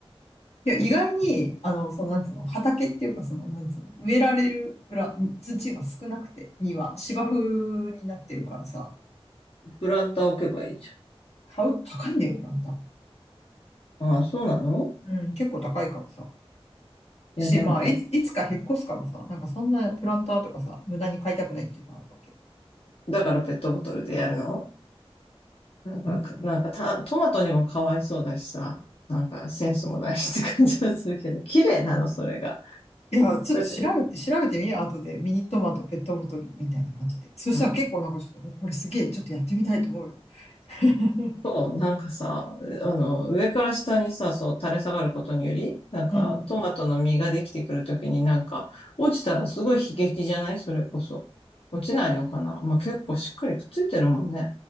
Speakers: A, on the left (about 80°); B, on the left (about 65°).
A: いや、意外に、あの、そう、なんつうの、畑っていうか、その、なんつうの、植えられるプラ、土が少なくて、には芝生になってるからさ、
B: プランター置けばいいじ
A: 買う、高いんだよ、プランター。
B: ゃん。ああ、そうなの
A: うん、結構高いからさ。
B: いや、
A: し、
B: でもペ
A: まあ、いつ、いつか引っ越すからさ、なんかそんなプランターとかさ、無駄に買いたくないっていうのはあるわけ。
B: だからペットボトルでやるのなんか、
A: うん。
B: なんかた、トマトにもかわいそうだしさ、なんかセンスもないしって感じはするけど、綺麗なの、それが。
A: いや、ちょっと調べて、
B: だって、
A: 調べてみよう、後で。ミニトマト、ペットボトルみたいな感じで。そしたら結構なんかちょっと、
B: うん。
A: おこれすげえ、ちょっとやってみたいと思うよ。<laughs>
B: そう、なんかさ、あの、上から下にさ、そう、垂れ下がることにより、なんか、
A: うん、
B: トマトの実ができてくるときになんか、落ちたらすごい悲劇じゃないそれこそ。落ちないのかなまあ、結構しっかりくっついてるもんね。